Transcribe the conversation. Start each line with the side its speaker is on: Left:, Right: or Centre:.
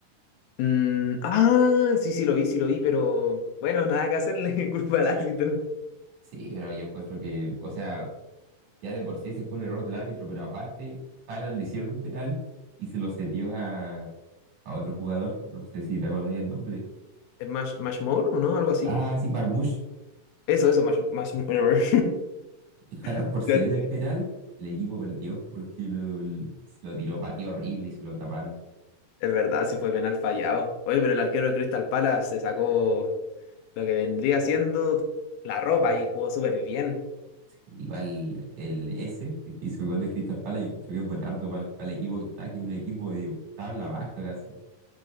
Left: Mm, ah, sí, sí, lo vi, sí lo vi, pero. Bueno, <laughs> nada que hacerle, <laughs> culpa al árbitro.
Right: Sí, pero yo encuentro que, o sea, ya de por sí se fue un error del árbitro, pero aparte, Haaland le hicieron un penal y se lo cedió a a otro jugador, no sé si te acordáis el nombre.
Left: ¿Es Mash, Mashmore o no? Algo así.
Right: Ah, sí, Marmoush.
Left: Eso, eso, Mash, Mashmore.
Right: Jalan
Left: <laughs>
Right: por cederle el penal, el equipo perdió porque lo, lo tiró patio horrible y se lo taparon.
Left: Es verdad, sí fue penal fallado. Oye, pero el arquero de Crystal Palace se sacó lo que vendría siendo la ropa y jugó súper bien.
Right: Sí, Igual el S, el que hizo el gol de Crystal Palace, yo creo que es buen harto para, el para el equipo que está, que es un equipo de tabla baja casi.